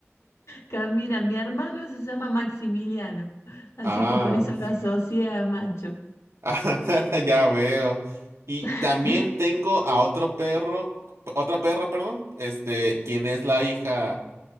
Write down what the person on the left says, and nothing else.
Camina, mi hermano se llama Maximiliano, así
que por eso lo asocié a macho.
<laughs>